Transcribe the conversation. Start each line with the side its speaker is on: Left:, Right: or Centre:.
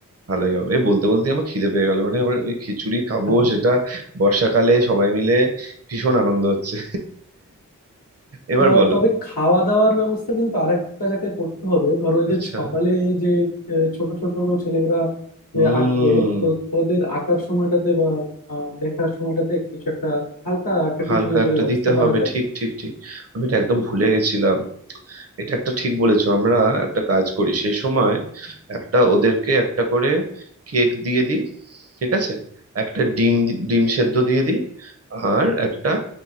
Right: ভালোই হবে এ বলতে বলতে আমার খিদে পেয়ে গেল মানে আমার ওই খিচুড়ি খাবো
Left: <laughs>
Right: সেটা বর্ষাকালে সবাই মিলে ভীষণ আনন্দ হচ্ছে এবার
Left: আহ,
Right: বলো
Left: তবে খাওয়া দাওয়ার ব্যবস্থা কিন্তু আরেকটা জায়গায় করতে হবে ধরো এই
Right: আচ্ছা
Left: যে সকালে যে আহ, ছোট ছোট ছেলেরা
Right: হুম
Left: যে আঁকবে তো ওদের আঁকার সময়টাতে বা আহ, লেখার সময়টাতে কিছু একটা হালকা একটা
Right: হালকা
Left: টিফিনের যদি
Right: একটা
Left: ব্যবস্থা
Right: দিতে
Left: করা
Right: হবে
Left: যায়
Right: ঠিক ঠিক ঠিক আমি এটা একদম ভুলে গেছিলাম এটা একটা ঠিক বলেছো আমরা একটা কাজ করি সেই সময় একটা ওদেরকে একটা করে কেক দিয়ে দিই ঠিক আছে একটা ডিম ডিম সেদ্ধ দিয়ে দিই আর একটা